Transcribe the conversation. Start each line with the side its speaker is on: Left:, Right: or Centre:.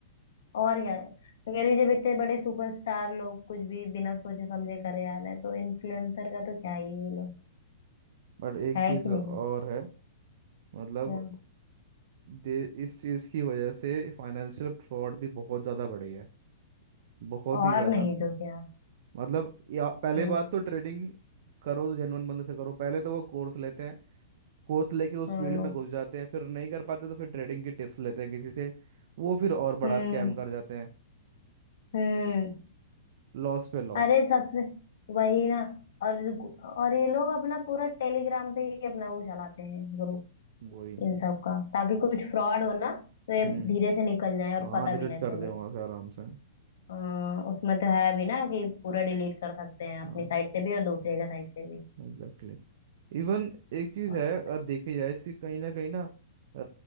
Left: और क्या मैं कह रही हूँ, जब इतने बड़े सुपरस्टार लोग कुछ भी बिना सोचे समझे करे जा रहे हैं तो इन्फ्लुएंसर का तो क्या ही बोलो
Right: बट एक
Left: है
Right: चीज
Left: कि
Right: और
Left: नहीं
Right: है मतलब
Left: क्या
Right: दे इस चीज की वजह से फाइनेंशियल फ्रॉड भी बहुत ज्यादा बढ़ी है बहुत
Left: और
Right: ही ज्यादा
Left: नहीं तो क्या
Right: मतलब या पहले
Left: ये
Right: बात तो ट्रेडिंग करो तो जेनुअन बंदे से करो पहले तो वो कोर्स लेते हैं कोर्स लेके उस
Left: हम्म
Right: फील्ड में घुस जाते हैं फिर नहीं कर पाते तो फिर ट्रेडिंग की टिप्स लेते हैं किसी से वो फिर और
Left: हम्म
Right: बड़ा स्कैम कर जाते हैं
Left: हम्म
Right: लॉस पे लॉस
Left: अरे सबसे वही ना और और ये लोग अपना पूरा टेलीग्राम पे ही अपना वो चलाते हैं ग्रुप
Right: वही
Left: इन सब का ताकि कुछ फ्रॉड हो ना तो ये
Right: हम्म
Left: धीरे से निकल जाए और
Right: हाँ
Left: पता
Right: डिलीट
Left: भी ना
Right: कर
Left: चले
Right: दे वहां से आराम से
Left: अ, उसमें तो है भी ना कि पूरा डिलीट कर सकते हैं अपनी
Right: हाँ
Left: साइड से भी और दूसरे का साइड से भी
Right: एग्जैक्टली इवन एक चीज
Left: और
Right: है अगर
Left: सब।
Right: देखी जाए इसकी कहीं ना कहीं ना अ,